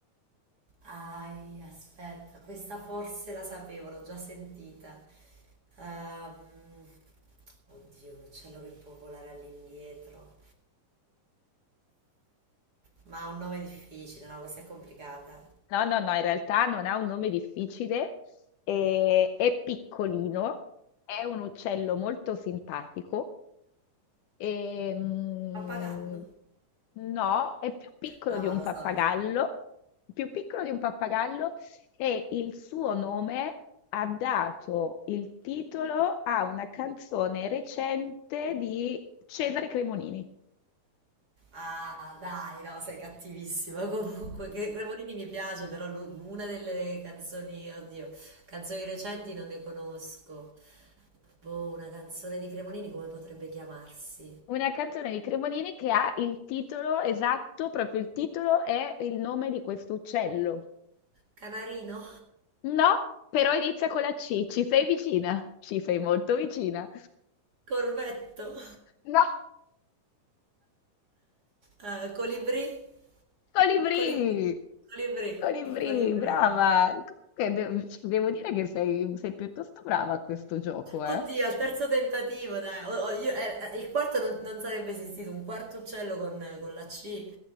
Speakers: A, on the right (about 40°); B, on the left (about 75°).
A: Ai, aspetta, questa forse la sapevo, l'ho già sentita. Ehm, oddio, un uccello che può volare all'indietro. Ma ha un nome difficile, no? Questa è complicata.
B: No, no, no, in realtà non ha un nome difficile, eh, è piccolino, è un uccello molto simpatico E, mm,
A: Pappagallo?
B: no, è più piccolo
A: No,
B: di
A: no,
B: un
A: lo
B: pappagallo,
A: so, lo so.
B: più piccolo di un pappagallo e il suo nome ha dato il titolo a una canzone recente di Cesare Cremonini.
A: Ah, dai, no, sei cattivissima. <laughs> Comunque, che Cremonini mi piace, però lu- una delle canzoni, oddio, canzoni recenti non ne conosco. Boh, una canzone di Cremonini come potrebbe chiamarsi?
B: Una canzone di Cremonini che ha il titolo esatto, proprio il titolo è il nome di questo uccello.
A: Canarino?
B: No, però inizia con la C, ci sei vicina, ci sei molto vicina.
A: Corvetto?
B: No.
A: Eh, colibrì?
B: Colibrì!
A: Colibrì. Colibrì.
B: Colibrì,
A: Il colibrì,
B: brava!
A: dai.
B: Comunque de- cioè, devo dire che sei, sei piuttosto brava a questo gioco, eh?
A: Oddio, al terzo tentativo, dai. Oh, oh, io- eh, eh, il quarto non, non sarebbe esistito, un quarto uccello con, con la C.